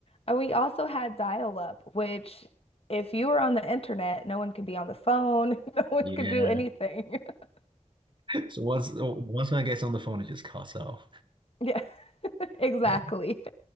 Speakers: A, on the left (about 50°); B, on the right (about 40°).
A: And we also had dial-up, which if you were on the internet, no one could be on the phone, <laughs> no one
B: yeah
A: could do anything. <laughs>
B: so once once I gets on the phone it just cuts off
A: Yeah, <laughs> exactly.
B: And